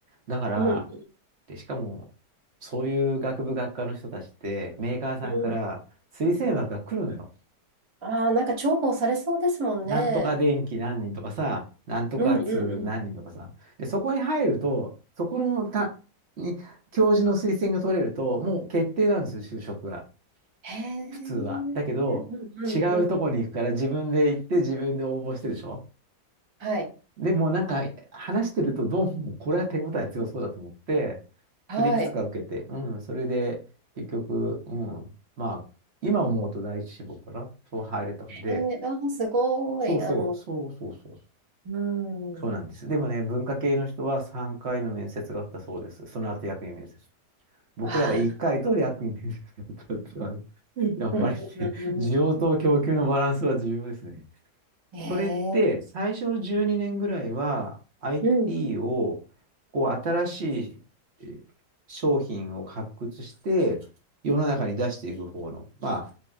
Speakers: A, on the right; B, on the right.
A: だから、
B: うん、うん、
A: で、しかも、そういう学部学科の人たちって、メーカーさんから推薦枠が来るのよ。
B: うん。ああ、なんか重宝されそうですもんね。
A: なんとか電気何人とかさ、なんとか通何人とかさ。
B: うん、うん、うん。
A: で、そこに入ると、そこのた、に、教授の推薦が取れると、もう決定なんですよ、就職が。
B: へえ、
A: 普通は。だけど、
B: うん、うん、
A: 違うとこに行くから自分で行って自分で応募してでしょ
B: うん。はい。
A: でもなんか話してるとどうもこれは手応え強そうだと思って、
B: はい。
A: それいくつか受けて、
B: へ
A: うん、それで結局、うん、まあ、今思うと第一志望かな、そう入れたんで、
B: え、あー、すごい。
A: そうそう、
B: あの、
A: そうそうそう、
B: うん。
A: そうなんです。でもね、文化系の人は3回の面接があったそうです。その後役員面接。僕らは1回と役に立ったっていうあの
B: ああ、
A: やっぱりね、
B: うん、うん、
A: 需要と供給のバランスは重要ですね。
B: うん。へえ
A: それって最初の12年ぐらいは IT
B: うん。
A: をこう新しいえー商品を発掘して世の中に出していく方の、まあ